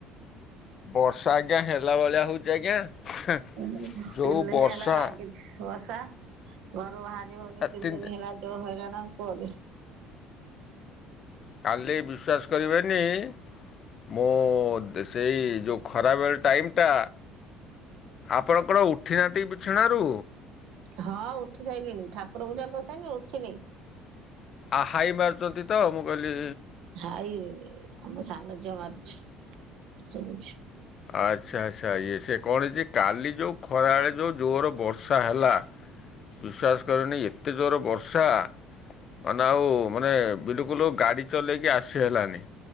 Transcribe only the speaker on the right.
ତିନି
ଦିନି
ହେଲା ଲାଗିଚି ବର୍ଷା ଘରୁ ବାହାରି ହୋଉନି
ତିନ୍
ଦିନ୍ ହେଲା। ଯୋଉ ହଇରାଣ କୁହନି।
ହଁ ଉଠି ସାଇଲିଣି ଠାକୁର ପୂଜା କରିସାଇନି ଉଠିନି।
ହାଇ ଆମ ସାନ ଝିଅ ମାରୁଚି ଶୁବୁଛି।